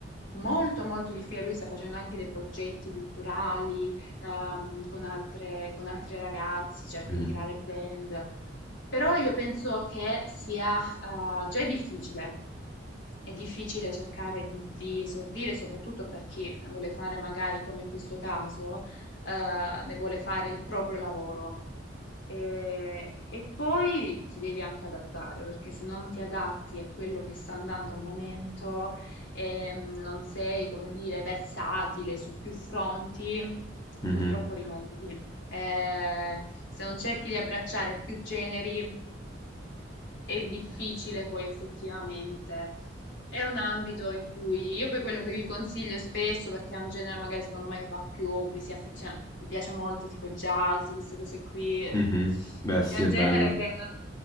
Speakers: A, on the left; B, on the left.
A: molto molto difficile. Lui sta facendo anche dei progetti culturali ehm, con altre, con altri ragazzi, cerca
B: mhm,
A: di creare band, però io penso che sia eh, già è difficile. È difficile cercare di, di esordire, soprattutto per chi vuole fare magari come in questo caso, eh, ne vuole fare il proprio lavoro. E, e poi ti devi anche adattare, perché se non ti adatti a quello che sta andando al momento, ehm, non sei, come dire, versatile su più fronti,
B: mhm,
A: purtroppo rimani lì. Eh, se non cerchi di abbracciare più generi, è difficile poi effettivamente. È un ambito in cui io poi quello che vi consiglio spesso, perché è un genere magari secondo me che va più, poi si affeziona, mi piace molto tipo jazz, queste cose qui.
B: mhm. Beh, sì,
A: È un
B: è bello.
A: genere che non-